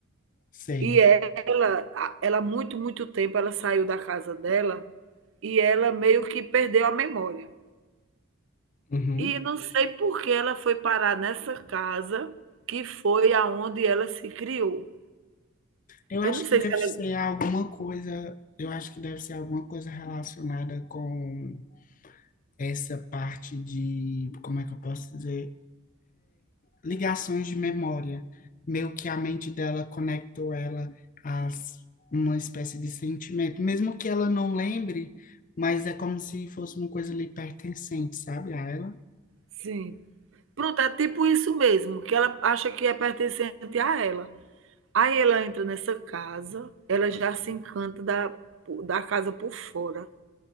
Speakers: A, on the left (about 40°); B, on the right (about 65°).
A: sei,
B: e ela, ela muito, muito tempo, ela saiu da casa dela e ela meio que perdeu a memória.
A: uhum.
B: E não sei por que ela foi parar nessa casa que foi aonde ela se criou.
A: Eu acho
B: Eu não sei
A: que deve
B: se ela
A: ser alguma coisa, eu acho que deve ser alguma coisa relacionada com essa parte de, como é que eu posso dizer? ligações de memória. Meio que a mente dela conectou ela a s- uma espécie de sentimento, mesmo que ela não lembre, mas é como se fosse uma coisa ali pertencente, sabe? A ela,
B: sim. Pronto, é tipo isso mesmo, que ela acha que é pertencente a ela. Aí ela entra nessa casa, ela já se encanta da, da casa por fora